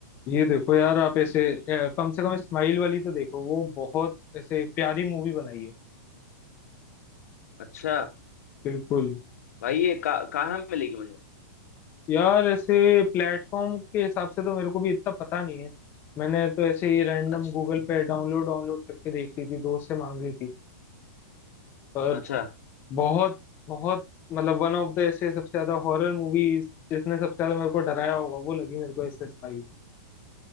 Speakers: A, on the left; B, on the left.
A: ये देखो यार आप ऐसे अ, कम से कम स्माइल वाली तो देखो वो बहुत ऐसे प्यारी मूवी बनाई है
B: अच्छा
A: बिल्कुल
B: भाई ये का, कहाँ मिलेगी मुझे
A: यार ऐसे प्लेटफॉर्म के हिसाब से तो मेरे को भी इतना पता नहीं है मैंने तो ऐसे ही रैंडम
B: अच्छा
A: गूगल पे डाउनलोड डाउनलोड करके देख ली थी दोस्त से मांग ली थी पर
B: अच्छा
A: बहुत बहुत मतलब वन ऑफ द ऐसे सबसे ज्यादा हॉरर मूवीज जिसने सबसे ज्यादा मेरे को डराया होगा वो लगी मेरे को ऐसे स्पाई